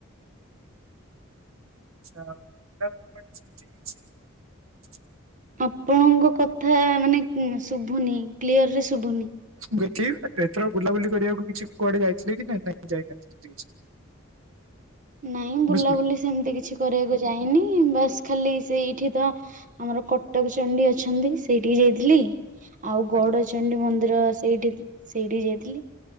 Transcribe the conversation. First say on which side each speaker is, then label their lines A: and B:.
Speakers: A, on the right; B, on the right.
A: ଆଚ୍ଛା ଆଉ <unintelligible>
B: ଆପଣଙ୍କ କଥା ମାନେ ଶୁଭୁନି କ୍ଲିୟରରେ ଶୁଭୁନି।
A: ମୁଁ <unintelligible> ଏଥର ବୁଲାବୁଲି କରିବାକୁ କିଛି କୁଆଡ଼େ ଯାଇଥିଲେ କି ନାଇଁ ନାହିଁ ଯାଇନାହାନ୍ତି <unintelligible>
B: ନାଇଁ ବୁଲାବୁଲି
A: ବୁଝିପାରିଲେ
B: ସେମିତି କିଛି କରିବାକୁ ଯାଇନି ବାସ୍ ଖାଲି ସେଇଠି ତ ଆମର କଟକ ଚଣ୍ଡୀ ଅଛନ୍ତି ସେଇଠିକି ଯାଇଥିଲି। ଆଉ ଗଉଡ଼ଚଣ୍ଡୀ
A: ଆଜ୍ଞା
B: ମନ୍ଦିର ସେଇଠି ସେଇଠି ଯାଇଥିଲି